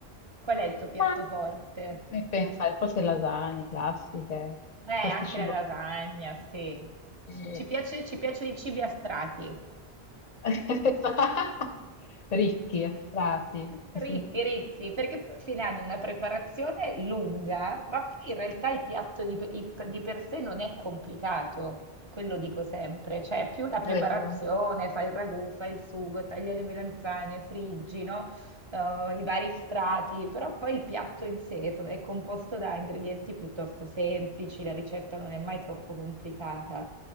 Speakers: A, on the right; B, on the left.
A: Qual è il tuo piatto
B: Ma
A: forte?
B: e pensare, forse lasagne classiche,
A: Eh, anche
B: questo cibo.
A: la lasagna,
B: Mm,
A: sì. Ci
B: sì.
A: ci piace, ci piacciono i cibi a strati.
B: <laughs> Ricchi, affrati, che
A: Ricchi,
B: si-
A: ricchi, perché poi alla fine hanno una preparazione lunga, ma poi in realtà il piatto di, pe- i- di per sé non è complicato, quello dico sempre, cioè è più la preparazione,
B: è vero.
A: fai il ragù, fai il sugo, taglia le melanzane, friggi, no? eh, i vari strati, però poi il piatto in sé so- è composto da ingredienti piuttosto semplici, la ricetta non è mai troppo complicata.